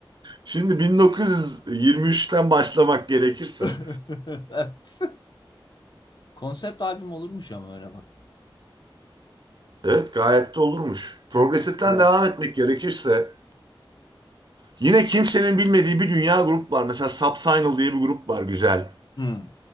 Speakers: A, on the right; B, on the left.
A: Şimdi 1923'ten başlamak gerekirse,
B: <laughs> Evet. Konsept albüm olurmuş ama öyle bak.
A: evet gayet de olurmuş. Progresif'ten
B: Türk Türk prog.
A: devam etmek gerekirse, yine kimsenin bilmediği bir dünya grup var. Mesela Subsignal diye bir grup var, güzel.
B: Hmm.